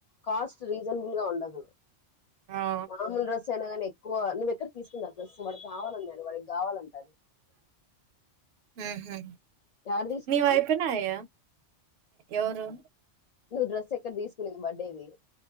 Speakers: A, on the left; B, on the right.
A: కాస్ట్ రీజనబుల్ గా ఉండదు
B: ఆ
A: మామూలు డ్రెస్ <unintelligible> నువ్వు ఎక్కడ తీసుకున్నారు డ్రెస్ వాడికి కావాలన్నా నేను వాడికి కావాలంట
B: ఉహు
A: యాడ తీసుకున్నావు
B: నీ వయిపునాయ ఎవరు
A: నువ్వు డ్రెస్ ఎక్కడ తీసుకున్నది బర్త్డేది